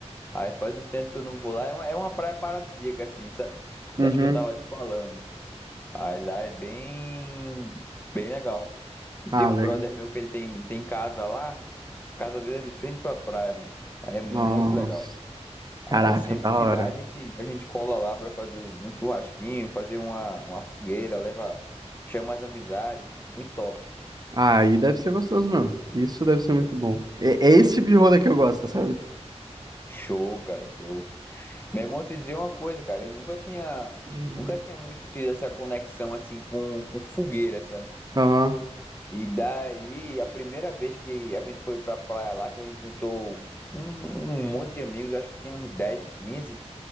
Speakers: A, on the left; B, on the right.
A: Aí faz um tempo que eu não vou lá. É uma, é uma praia paradisíaca, assim, sabe?
B: Uhum.
A: Das que eu tava te falando. Aí lá é bem, bem legal. E
B: Ah,
A: Tem um
B: legal.
A: brother meu que ele tem, tem casa lá. A casa dele é de frente pra praia, mano. Aí é muito
B: Nossa.
A: legal.
B: Caraca,
A: Aí sempre
B: da
A: que
B: hora.
A: dá, a gente, a gente cola lá pra fazer um churrasquinho, fazer uma, uma fogueira, leva, chama as amizades. É muito top.
B: Ah, aí deve ser gostoso mesmo. Isso deve ser muito bom. É, é esse tipo de rolê que eu gosto, sabe?
A: Show, cara, show. Meu irmão, te dizer uma coisa, cara. Eu nunca tinha,
B: Hum.
A: nunca tinha muito tido essa conexão assim com, com fogueira, sabe?
B: Aham.
A: E daí, a primeira vez que a gente foi pra praia lá, que a gente juntou um, um monte de amigos, acho que tinha uns 10 quinze